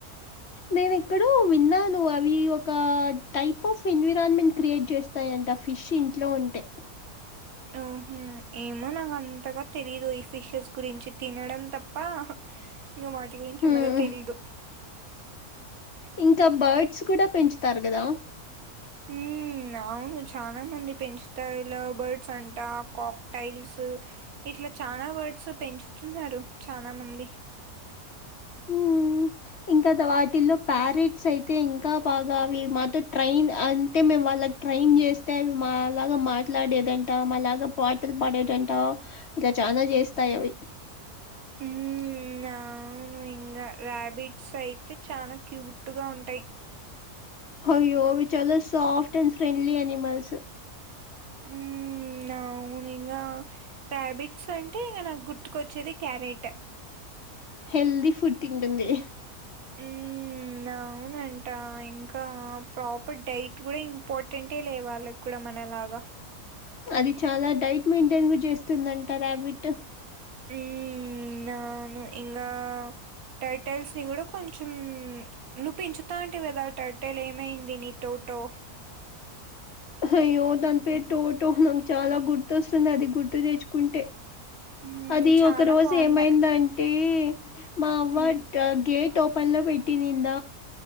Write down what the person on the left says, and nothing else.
నేను ఇక్కడ విన్నాను అవి ఒక టైప్ ఆఫ్ ఎన్విరాన్మెంట్ క్రియేట్ చేస్తా యంట ఆ ఫిష్ ఇంట్లో ఉంటె <inaudible>
హ్మ్.
ఇంకా బర్డ్స్ కూడా పెంచుతారు కదా
హ్మ్. ఇంకా వాటిల్లో ప్యారేట్స్ అయితే ఇంకా బాగా అవి మాతో ట్రైన్ అంటే మేము వాళ్ళ ట్రైన్ చేస్తే మాలాగా మాట్లాడేదంట మాలాగా పాటలు పాడేటంట ఇలా చాలా చేస్తాయి అవి
హయ్యో ఇవి చాల సాఫ్ట్ అండ్ ఫ్రెండ్లీ ఎనిమల్స్
హెల్దీ ఫుడ్ తింటుంది
అది చాలా డైట్ మెయింటైన్ చేస్తుంది అంటా రాబిటు
అయ్యో దాని పేరు టో టో నాకు చాలా గుర్తొస్తుంది. అది గుర్తు తెచ్చుకుంటే
అది
ఒక రోజు
ఏమైందంటే మా అవ్వ
గేట్ ఓపెన్ లో పెట్టి నింద